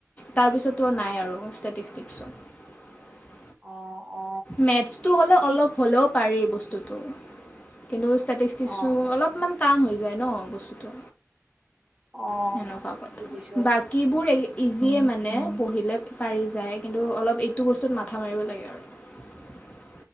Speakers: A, on the left; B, on the right.
A: তাৰ পিছতো
B: অ
A: নাই আৰু <unintelligible>
B: অ অ
A: মেথছটো হ'লে
B: ঠিক
A: অলপ হ'লেও
B: ঠিক
A: পাৰি বস্তুটো কিন্তু ষ্টেটষ্টিকটো
B: অ
A: অলপমান টান হৈ যায় ন বস্তুটো।
B: অ
A: সেনকা কথা
B: বুজিছো
A: বাকীবোৰ ইজিয়ে মানে পঢ়িলে পাৰি যায়। কিন্তু অলপ এইটো বস্তুত মাথা মাৰিব লাগে আৰু।